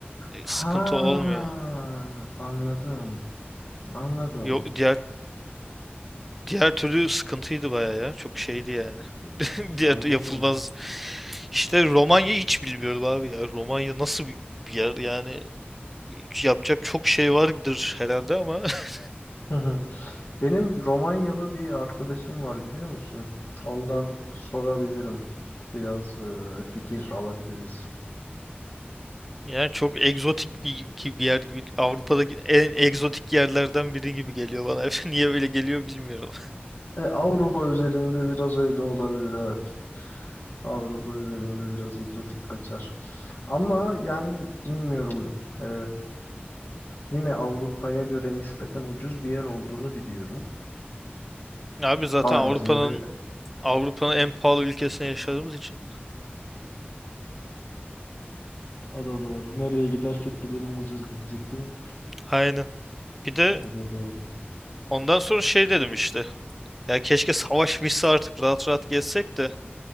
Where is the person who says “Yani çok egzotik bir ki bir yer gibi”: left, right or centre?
Centre